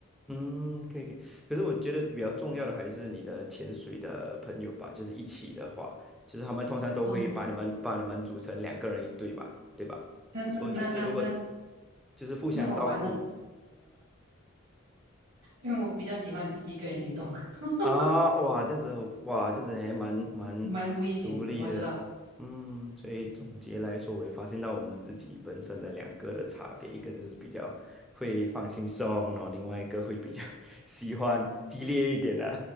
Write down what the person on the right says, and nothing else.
哦。
那那那那那
那我完了。因为我比较喜欢自己一个人行动，<laughs>
蛮危险的，
我知道。